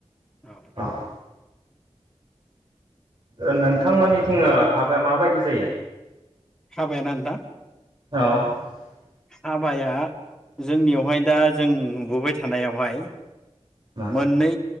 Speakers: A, in the centre; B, on the right (about 45°).
A: औ।
B: ओ ओ
A: औ
B: नोंथांमोननिथिङो हाबाया माबायदि जायो?
A: हाबाया ना नोंथां?
B: <inaudible>
A: हाबाया जोंनियावहाय दा जों नुबोबाय थानायावहाय
B: औ
A: मोननै